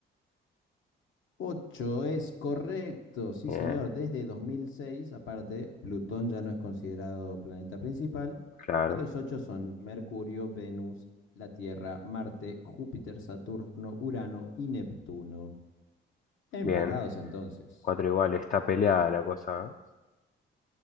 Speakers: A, on the left (about 75°); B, on the left (about 45°).
A: 8 es correcto, sí
B: Bien,
A: señor. Desde 2006, aparte, Plutón ya no es considerado planeta principal
B: claro.
A: y los ocho son Mercurio, Venus, la Tierra, Marte, Júpiter, Saturno, Urano y Neptuno. Empatados
B: Bien.
A: entonces.
B: Cuatro iguales. Está peleada la cosa. ¿eh?